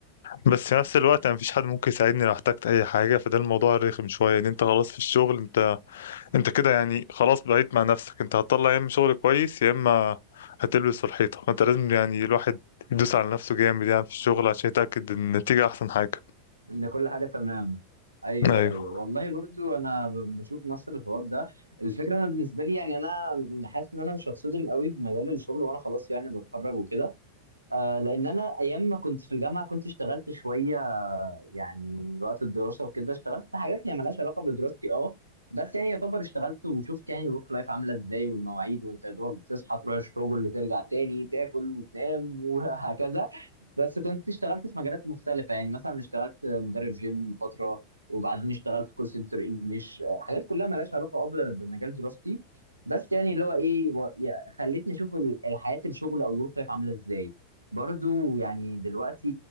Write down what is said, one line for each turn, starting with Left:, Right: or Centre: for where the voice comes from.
Left: بس في نفس الوقت أنا مفيش حد ممكن يساعدني لو احتجت أي حاجة فده الموضوع الرخم شوية إن أنت خلاص في الشغل أنت أنت كده يعني خلاص بقيت مع نفسك أنت هتطلع يا إما شغل كويس يا إما هتلبس في الحيطة فأنت لازم يعني الواحد يدوس على نفسه جامد يعني في الشغل عشان يتأكد إن النتيجة أحسن حاجة
Right: ان كل حاجه تمام ايوه
Left: أيوه
Right: ايوه والله برضو انا ب- بشوف نفس الحوار ده الفكره انا بالنسبه لي يعني انا حاسس ان انا مش هتصدم قوي بمجال الشغل وانا خلاص يعني بتخرج وكده آه لان انا ايام ما كنت في الجامعه كنت اشتغلت شويه يعني وقت الدراسة وكده اشتغلت حاجات هي ملهاش علاقة بدراستي اه بس يعني يعتبر اشتغلت وشفت يعني الورك لايف عاملة ازاي والمواعيد وانت يا دوبك بتصحى تروح الشغل ترجع تاني تاكل وتنام <laughs> وهكذا بس كنت اشتغلت في مجالات مختلفة يعني مثلا اشتغلت مدرب جيم فترة وبعدين اشتغلت كول سنتر انجلش حاجات كلها ملهاش علاقة اه ب- بمجال دراستي بس يعني اللي هو ايه و- يا- خلتني اشوف ال- الحياة الشغل او الورك لايف عاملة ازاي برضو يعني دلوقتي